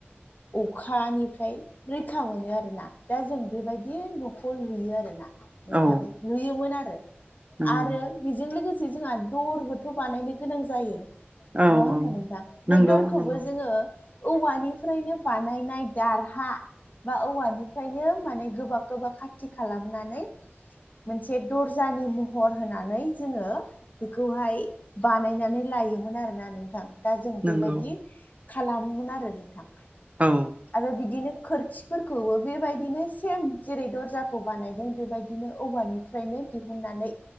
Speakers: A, on the left; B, on the right.
A: अखानिफ्राय रैखा मोनो आरो ना दा जों बेबायदि न'खौ लुयो आरो ना नोंथां
B: औ
A: लुयोमोन आरो
B: नंगौ
A: आरो बेजों लोगोसे जोंहा दरबोथ' बानायनो गोनां जायो
B: औ नंगौ औ
A: नङा होमबा
B: औ
A: नोंथां
B: नंगौ
A: बे दरखौबो
B: नंगौ
A: जोङो औवानि फ्रायनो बानायनाय दारहा बा औवानिफ्रायनो माने गोबा गोबा खाथि खालामनानै मोनसे दरजानि महर होनानै जोङो बेखौहाय बानायनानै लायोमोन आरोना नों थां दा जों
B: नंगौ
A: बेबायदि खालामोमोन आरो नोंथां
B: औ
A: आरो बिदिनो खोरखिफोरखौबो बेबायदिनो सेम जेरै दरजाखौ बानायदों बेबायदिनो औवानि फ्रायनो दिहुननानै